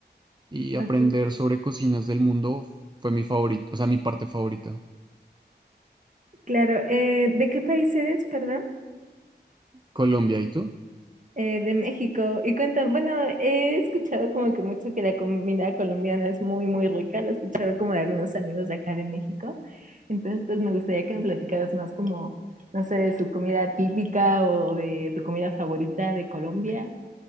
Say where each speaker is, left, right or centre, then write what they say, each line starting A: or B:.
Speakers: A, on the right; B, on the right.
A: y
B: Ok,
A: aprender sobre cocinas del mundo fue mi favorito, o sea, mi parte favorita.
B: claro. Eh, ¿de qué país eres, perdón?
A: Colombia, ¿y tú?
B: eh, de México. Y cuentan, bueno, he escuchado como que mucho que la comida colombiana es muy, muy rica. Lo he escuchado como de algunos amigos de acá de México. Entonces, pues me gustaría que me platicaras más como, no sé, de su comida típica o de tu comida favorita de Colombia.